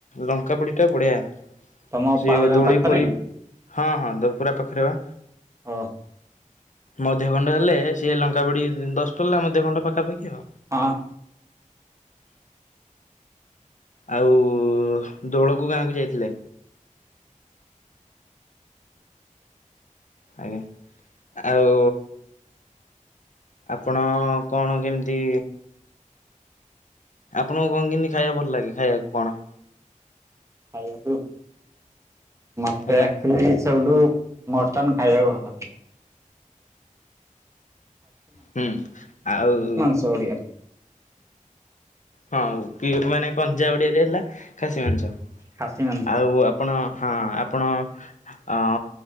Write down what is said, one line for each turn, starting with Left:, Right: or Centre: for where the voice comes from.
Left: ଲଙ୍କା ପୋଡି ଟା ବଢିଆ।
Right: ତମ
Left: ସିଏ
Right: ପାହାଡ ଗାଁ
Left: ଦୋଳି
Right: ପାଖରେ
Left: ଫୋଳି
Right: କି?
Left: ହଁ ହଁ ଦ ପୁରା ପାଖରେ ବା।
Right: ଓଃ।
Left: ମଧ୍ୟ ଖଣ୍ଡ ହେଲେ ସିଏ ଲଙ୍କା ପୋଡି ଦଶପଲା ମଧ୍ୟ ଖଣ୍ଡ ପାଖାପାଖି ଆଉ।
Right: ହଁ।
Left: ଆଉ ଦୋଳକୁ ଗାଁକୁ ଯାଇଥିଲେ? ଆଜ୍ଞା ଆଉ ଆପଣ କଣ କେମତି ଆପଣଙ୍କୁ କଣ କେମତି ଖାଇବାକୁ ଭଲ ଲାଗେ ଖାଇବାକୁ କଣ?
Right: ଖାଇବାକୁ, ମତେ
Left: ଆଜ୍ଞା
Right: ଏକ୍ଟୁଆଲୀ ସବୁଠୁ ମଟନ୍ ଖାଇବାକୁ ଭଲ ଲାଗେ।
Left: ହୁଁ ଆଉ
Right: ଚଡ଼ିବାରେ।
Left: ହଁ କି ମାନେ କଞ୍ଚା ଓଡିଆରେ ହେଲା ଖାସି ମାଂସ
Right: ଖାସି ମାଂସ
Left: ଆଉ ଆପ୍ ପଣ ହଁ ଆପଣ ଅ